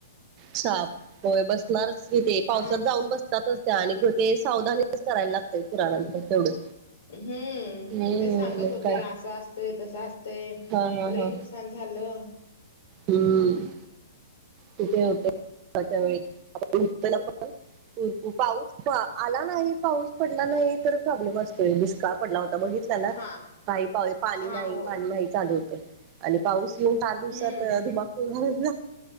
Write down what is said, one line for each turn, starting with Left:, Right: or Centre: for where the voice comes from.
Right: साप होय बसणारच त तेे पावसात
Left: हा
Right: जाऊन बसतातच त्या आणि ते सावधानीच करायला लागत पुराणां तेवढं
Left: हम्म
Right: हम्म
Left: ते सांगत
Right: मग
Left: होते
Right: काय
Left: असं असतंय तस असतय
Right: हा हा
Left: मलाही
Right: हा
Left: नुकसान झालं
Right: हम्म तिथे होते व प रकू पाऊस आला नाही पाऊस पडला नाही तर प्रॉब्लेम असतोय बिस्का पडला होता बघितला ना
Left: हा
Right: काही पा पाणी
Left: हा
Right: नाही
Left: होय
Right: पाणी नाही चालू होत. आणि पाऊस येऊन चार दिवसात
Left: हम्म
Right: धुमाकूळ